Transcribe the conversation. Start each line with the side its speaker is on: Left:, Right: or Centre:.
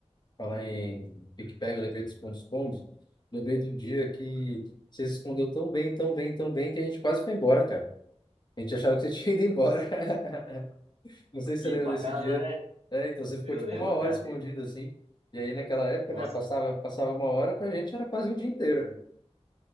Left: falar em pique-pega, eu lembrei do esconde-esconde. Lembrei de um dia que você se escondeu tão bem, tão bem, tão bem que a gente quase foi embora, cara. A gente achava que você tinha ido embora. <laughs> Não sei se
Right: Filho
Left: você lembra
Right: pra
Left: desse
Right: casa,
Left: dia.
Right: né?
Left: É, então você ficou
Right: Eu
Left: tipo
Right: lembro,
Left: uma hora
Right: cara.
Left: escondido
Right: fi-
Left: assim. E aí naquela época,
Right: Nossa,
Left: né, passava, passava uma hora, pra gente era quase o dia inteiro.